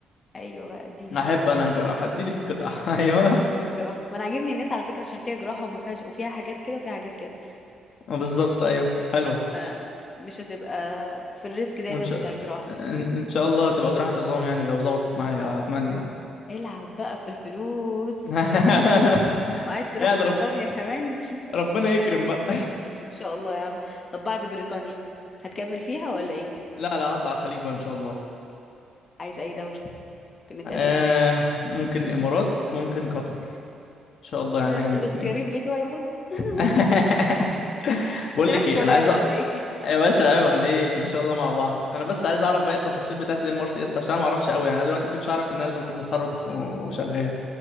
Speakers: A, on the left (about 35°); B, on the left (about 60°).
A: ايوه بقى اديني في
B: احب
A: الجراحة
B: انا الجراحة اديني في الجراحة <laughs> ايوه
A: اديني في الجراحة ما انا عاجبني الناس على فكرة عشان فيها جراحة وما فيهاش وفيها حاجات كده وفيها حاجات كده
B: بالظبط ايوه حلوة
A: فمش هتبقى في الريسك دايما
B: وان شاء
A: بتاع الجراحة
B: ان إن شاء الله تبقى جراحة عظام يعني لو ظبطت معايا اتمنى
A: العب بقى في الفلوس
B: <laughs>
A: العب وعايز تروح
B: يعني
A: بريطانيا
B: رب
A: كمان
B: ربنا يكرم بقى
A: <laughs> ان شاء الله يا عم طب بعد بريطانيا هتكمل فيها ولا ايه
B: <laughs> لا لا هطلع الخليج بقى ان شاء الله
A: عايز اي دولة ممكن نتقابل
B: آه
A: هناك
B: ممكن الامارات ممكن قطر ان شاء الله
A: ايه
B: يعني
A: ده
B: حاجه
A: الاختيارات
B: من الاثنين
A: بتوعي برضه <laughs>
B: <laughs> بقول
A: انت
B: لك
A: ماشي
B: ايه
A: ورايا
B: انا عايز أ...
A: ولا ايه
B: يا باشا عيب عليك ان شاء الله مع بعض انا بس عايز
A: <laughs>
B: اعرف باقي التفاصيل بتاعت الام ار سي اس عشان أنا ما اعرفش قوي يعني انا دلوقتي ما كنتش اعرف ان انا لازم اكون متخرج وف- وشغال